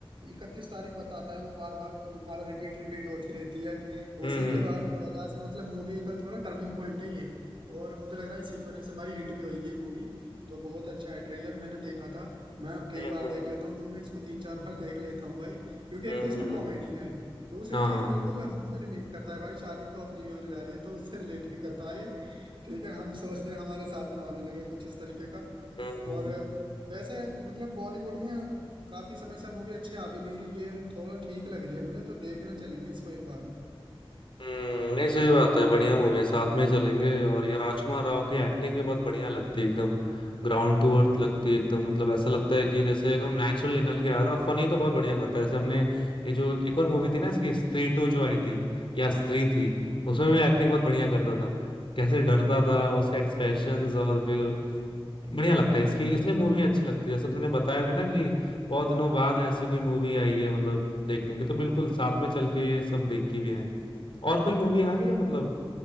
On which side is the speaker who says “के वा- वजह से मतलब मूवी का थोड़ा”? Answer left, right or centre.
Right